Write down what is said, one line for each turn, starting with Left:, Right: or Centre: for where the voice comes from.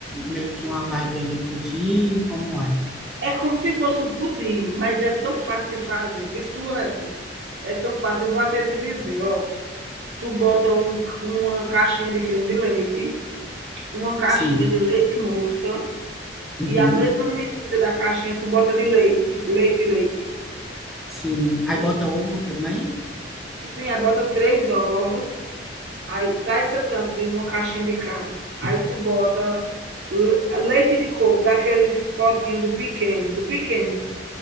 Centre: meio que uma vibe ali pudim, como é?
Right: É como se fosse um pudim, mas é tão fácil de fazer, viu, Suanto? É tão fácil. Eu vou até te dizer, ó. Tu bota um- uma caixinha de creme de leite, uma caixinha
Centre: Sim,
Right: de leite moça
Centre: uhum,
Right: e a mesma medida da caixinha tu bota de leite, leite, leite.
Centre: sim. Aí bota ovo também?
Right: Sim, aí bota três ovos, aí para essa tanto de uma caixinha de cada. Aí tu bota le- leite de coco, daqueles potinhos do pequeno, do pequeno,